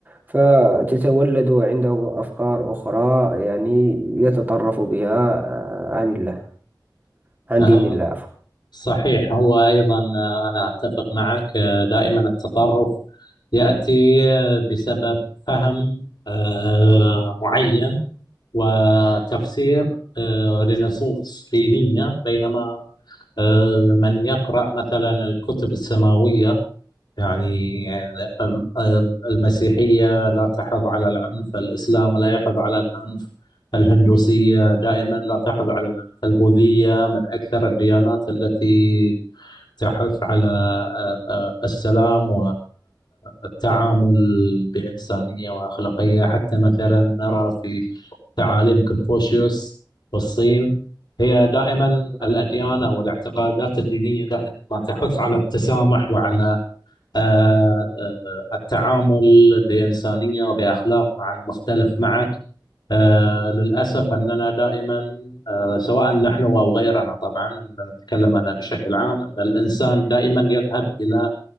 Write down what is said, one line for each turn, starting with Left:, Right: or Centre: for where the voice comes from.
Right: فتتولد عنده أفكار أخرى يعني يتطرف بها آه، عن الله عن
Left: آه
Right: دين الله عفوا
Left: صحيح هو أيضا آه، أنا أتفق معك آه، دائما التطرف يأتي آه، بسبب فهم آه، معين وتفسير آه، لنصوص دينية بينما آه، من يقرأ مثلا الكتب السماوية يعني آه، آه، المسيحية لا تحض على العنف الإسلام لا يحض على العنف الهندوسية دائما لا تحض على العنف البوذية من أكثر الديانات التي تحث على آه، آه، السلام والتعامل بإنسانية وأخلاقية حتى مثلا نرى في تعاليم كونفوشيوس والصين هي دائما
Right: نعم
Left: الأديان أو الاعتقادات الدينية دائما ما تحث على التسامح وعلى آه، آه، التعامل بإنسانية وبأخلاق مع المختلف معك آه، للأسف أننا دائما آه، سواء نحن أو غيرنا طبعا إن نتكلم أنا بشكل عام أن الإنسان دائما يذهب إلى